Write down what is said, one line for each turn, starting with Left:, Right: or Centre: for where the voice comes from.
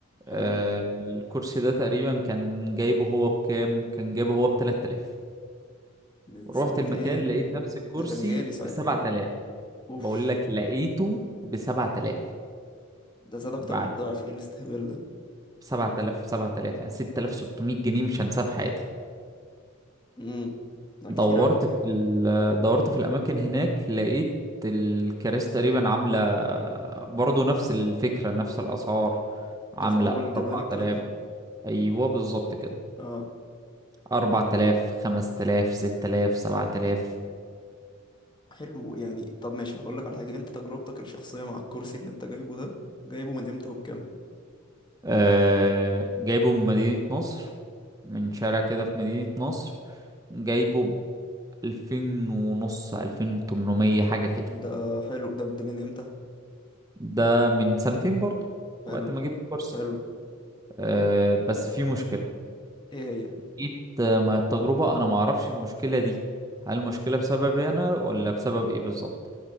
Right: آه
Left: حلو
Right: الكرسي ده تقريبا كان جايبه هو بكام كان جايبه هو ب 3000
Left: من
Right: رحت
Left: سنتين
Right: المكان لقيت نفس الكرسي
Left: ده كان غالي ساعتها
Right: ب 7000
Left: اوي اوف
Right: بقول لك لقيته ب 7000
Left: ده زاد اكتر
Right: بعد
Left: من الضعف ايه الاستهبال ده
Right: 7000 7000 يعني 6600 جنيه مش هنساه في حياتي
Left: امم ده
Right: دورت
Left: كتير اوي
Right: في ال... دورت في الاماكن هناك لقيت الكراسي تقريبا عامله برضو نفس الفكره نفس الاسعار عامله
Left: ده في اول جمال
Right: 4000
Left: الكلام ده
Right: ايوه بالظبط كده
Left: اه
Right: 4000 5000 6000 7000
Left: حلو يعني طب ماشي هقول لك على حاجة انت تجربتك الشخصية مع الكرسي اللي انت جايبه ده جايبه من امتى وبكام
Right: آه... جايبه من مدينه نصر من شارع كده في مدينه نصر جايبه ب 2000 ونص 2800 حاجه كده
Left: ده حلو ده ده من امتى
Right: ده من سنتين برضو
Left: حلو
Right: وقت ما جبت كرسي
Left: حلو
Right: آه... بس في مشكله
Left: ايه هي
Right: جيت آه، مع التجربة انا ما اعرفش المشكلة دي هل المشكلة بسببي انا ولا بسبب ايه بالظبط